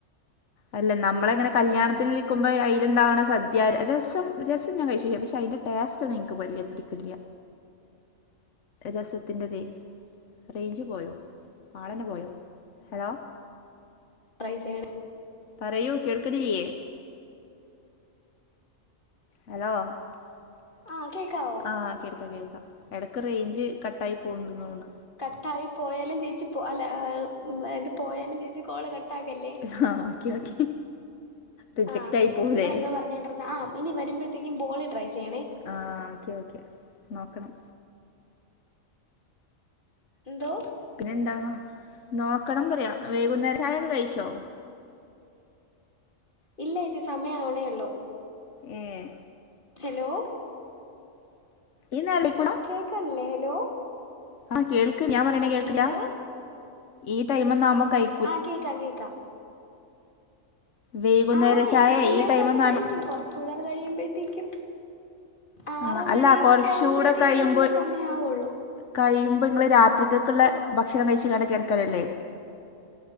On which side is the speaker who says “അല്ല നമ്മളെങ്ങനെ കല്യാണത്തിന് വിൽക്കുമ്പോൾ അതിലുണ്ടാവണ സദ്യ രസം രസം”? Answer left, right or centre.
Left